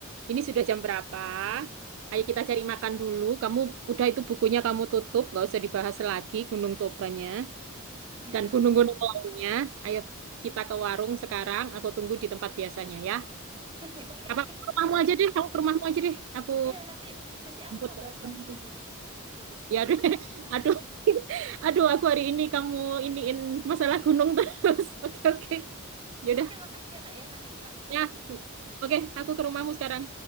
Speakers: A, on the right; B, on the right.
A: Ini sudah jam berapa? Ayo kita cari makan dulu. Kamu udah itu bukunya kamu tutup, nggak usah dibahas lagi Gunung Tobanya
B: mm
A: dan gunung-gunung lainnya. Ayo kita ke warung sekarang. Aku tunggu di tempat biasanya ya.
B: <laughs> oke
A: Apa ke rumahmu aja deh, aku ke rumahmu aja deh. Aku
B: ya nanti nanti aku
A: jemput
B: mau
A: eh,
B: bahas
A: kamu
B: lagi di
A: aja.
B: rumah <laughs>
A: Ya aduh, <laughs> aduh, <laughs> aduh aku hari ini kamu iniin masalah gunung terus. <laughs> Oke oke. Yaudah,
B: oke makasih ya kak ya nanti kita ketemu
A: ya. Oke, aku ke rumahmu sekarang.